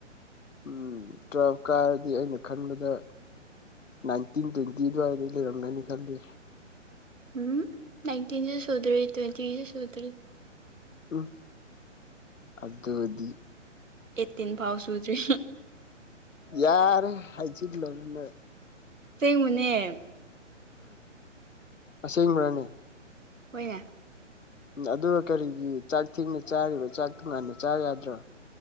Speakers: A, on the left (about 85°); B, on the right (about 80°).
A: ꯎꯝ ꯇꯨꯋꯦꯜꯐꯀꯥꯔꯗꯤ ꯑꯩꯅ ꯈꯟꯕꯗ ꯅꯥꯏꯟꯇꯤꯟ ꯇ꯭ꯋꯦꯟꯇꯤ ꯑꯗꯨꯋꯥꯏꯗ ꯂꯩꯔꯝꯒꯅꯤ ꯈꯜꯂꯤ
B: ꯎꯝ ꯅꯥꯏꯟꯇꯤꯟꯁꯨ ꯁꯨꯗ꯭ꯔꯤ ꯇ꯭ꯋꯦꯟꯇꯤꯁꯨ ꯁꯨꯗ꯭ꯔꯤ
A: ꯎꯝ ꯑꯗꯗꯤ
B: ꯑꯩꯠꯇꯤꯟ ꯐꯥꯎ ꯁꯨꯗ꯭ꯔꯤ
A: ꯌꯥꯔꯦ ꯍꯥꯏꯖꯤꯟꯂꯔꯃꯦ
B: ꯆꯩꯉꯅꯦ
A: ꯑꯁꯦꯡꯕꯅꯦ
B: ꯍꯣꯏꯅ
A: ꯑꯗꯨꯒ ꯀꯔꯤꯒꯤ ꯆꯥꯛ ꯊꯦꯡꯅ ꯆꯥꯔꯤꯕꯣ ꯆꯥꯛ ꯇꯣꯉꯥꯟꯅ ꯆꯥ ꯌꯥꯗ꯭ꯔꯣ